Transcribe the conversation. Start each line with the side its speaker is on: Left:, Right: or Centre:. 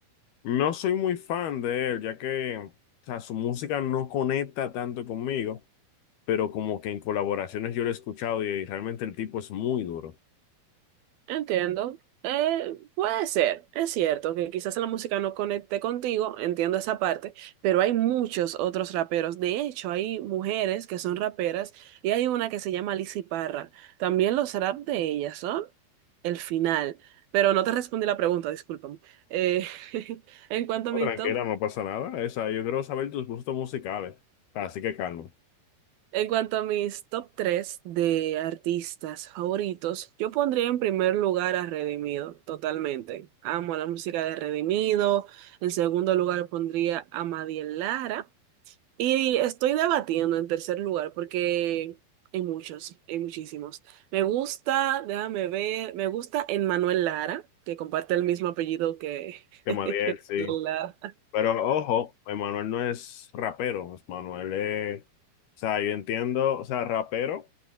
Left: No soy muy fan de él, ya que o sea, su música no conecta tanto conmigo, pero como que en colaboraciones yo lo he escuchado y realmente el tipo es muy duro.
Right: Entiendo. Eh, puede ser, es cierto que quizás la música no conecte contigo, entiendo esa parte, pero hay muchos otros raperos. De hecho, hay mujeres que son raperas y hay una que se llama Lizzy Parra. También los rap de ellas son el final. Pero no te respondí la pregunta, discúlpame. Eh, <laughs> en cuanto
Left: No,
Right: a mi
Left: tranquila,
Right: top
Left: no pasa nada. Esa, yo quiero saber tus gustos musicales. Así que calma.
Right: En cuanto a mis top 3 de artistas favoritos, yo pondría en primer lugar a Redimido, totalmente. Amo la música de Redimido. En segundo lugar pondría a Madiel Lara. Y estoy debatiendo en tercer lugar porque hay muchos, hay muchísimos. Me gusta, déjame ver, me gusta Emmanuel Lara, que comparte el mismo apellido que...
Left: Que
Right: <laughs> que
Left: Madiel, sí.
Right: Lara.
Left: Pero ojo, Emanuel no es rapero, Emanuel es, o sea, yo entiendo, o sea, rapero